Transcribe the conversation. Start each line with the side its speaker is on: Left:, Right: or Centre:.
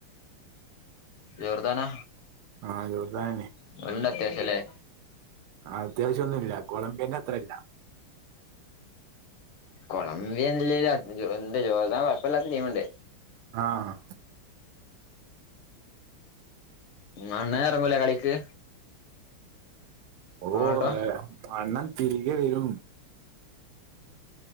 Left: ജോർദാനാ
Right: ആഹ് ജോർദാനന്നെ
Left: ഓലുണ്ട് അത്യാവശ്യം അല്ലേ
Right: അത്യാവശ്യം ഒന്നുമില്ല കൊളമ്പിയേന്റെ അത്രയില്ല
Left: കൊളംബിയ ഇല്ലേലും അർ ഉണ്ട് ജോർദാൻ കുഴപ്പില്ലാത്ത ടീമുണ്ട്
Right: ആഹ്
Left: ഉം അണ്ണൻ ഇറങ്ങൂലേ കളിക്ക്
Right: ഓ
Left: റൊണാൾഡോ
Right: അണ്ണൻ തിരികെ വരും